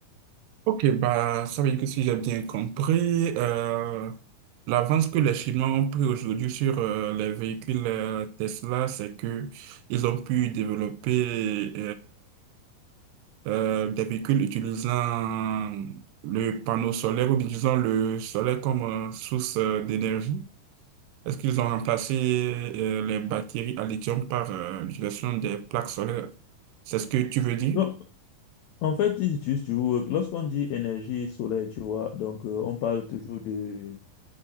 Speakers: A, on the right (about 80°); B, on the left (about 80°).
A: Ok, bah, ça veut dire que si j'ai bien compris, euh, l'avance que les Chinois ont pris aujourd'hui sur euh, les véhicules euh, Tesla, c'est que ils ont pu développer euh, des véhicules utilisant le panneau solaire ou bien disons le solaire comme euh, source euh, d'énergie? Est-ce qu'ils ont remplacé euh, les batteries à lithium par euh, l'utilisation des plaques solaires? C'est ce que tu veux dire?
B: Donc, en fait, ils utilisent toujours, euh, lorsqu'on dit énergie solaire, tu vois, donc euh, on parle toujours de,